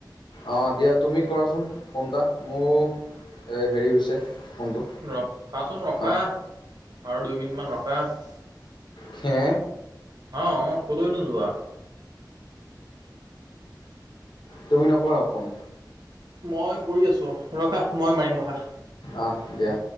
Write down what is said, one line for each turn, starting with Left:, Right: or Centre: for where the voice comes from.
Left: অ', দিয়া তুমি কৰাচোন ফোন এটা মোৰ এ হেৰি হৈছে। ফোনটো
Right: ৰ' খাচোন ৰখা
Left: আহ
Right: আৰু দুই মিনিটমান ৰখা। অ',
Left: খে
Right: অ', কলৈ নো যোৱা?
Left: তুমি নকৰা ফোন?
Right: মই কৰি আছোঁ, ৰখা মই মাৰিম ৰখা।
Left: অহ, দিয়া।